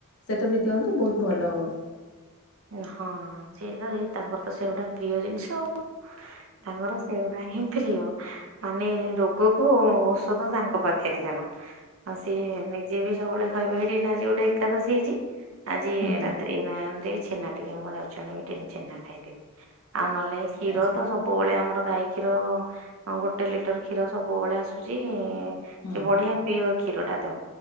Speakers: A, on the left (about 80°); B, on the right (about 70°).
A: ସେଟା ବି ଦିଅନ୍ତୁ ବହୁତ ଭଲ ହବ।
B: ହଁ ସିଏ ତ ଏଇ ତାଙ୍କର ତ ସେଇ ଗୁଟା ପ୍ରିୟ ଜିନଷ ଆ ଉ ତାଙ୍କର ସେଇ ଗୁଟା ହିଁ ପ୍ରିୟ ମାନେ ରୋଗକୁ ଓଷଧ ତାଙ୍କ ପାଖରେ ଜାଣ ହଁ ସିଏ ନିଜେ ବି ସବୁବେଳେ ଖାଇବା ହେଇଠି ଆଜି ଗୋଟେ ଏକାଦଶୀ ହେଇଛି ଆଜି
A: ହୁଁ
B: ରାତି କେହିନାହାନ୍ତି ଛେନା ଟିକେ ମୁଁ ଯାଉଛି ଛେନା ଖାଇଦେବି ଆଉ ନହଲେ କ୍ଷୀର
A: ଆଚ୍ଛା
B: ତ ସବୁ ସବୁବେଳେ ଆମର ଗାଈ କ୍ଷୀର ଅ ଗୋଟେ ଲିଟର କ୍ଷୀର ସବୁବେଳେ ଆସୁଛି
A: ହୁଁ
B: ସେ ବଢିଆ ପିଓର କ୍ଷୀରଟା ଦବ।